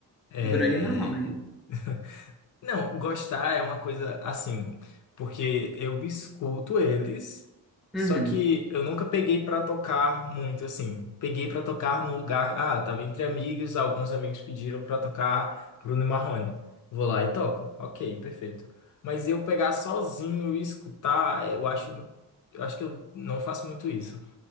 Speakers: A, on the left (about 50°); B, in the centre.
A: É.
B: Bruno Marrone.
A: <laughs> Não, gostar é uma coisa assim, porque eu escuto eles,
B: Uhum.
A: só que eu nunca peguei pra tocar muito assim. Peguei pra tocar no lugar, ah, tava entre amigos, alguns amigos pediram pra tocar Bruno e Marrone. Vou lá e toco. OK, perfeito. Mas eu pegar sozinho e escutar, é, eu acho, eu acho que eu não faço muito isso.